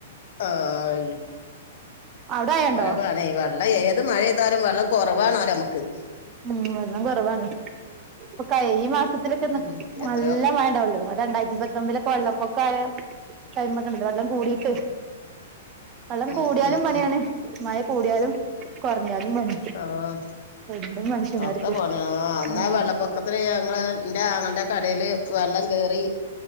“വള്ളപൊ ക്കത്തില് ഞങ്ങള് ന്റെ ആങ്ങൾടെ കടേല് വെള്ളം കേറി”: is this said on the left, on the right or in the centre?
Left